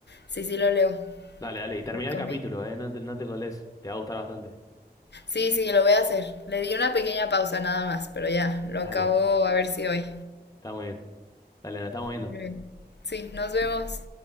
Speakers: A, on the left (about 80°); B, on the left (about 20°).
A: si sí lo leo.
B: Dale, dale. Y termina
A: el cómic.
B: el capítulo, ¿eh? No te, no te colés. Te va a gustar bastante.
A: Sí, sí, lo voy a hacer. Le di una pequeña pausa nada más, pero ya, lo
B: Dale.
A: acabo a ver si hoy.
B: Está muy bien. Dale, nos estamos viendo.
A: Muy bien. Sí, nos vemos.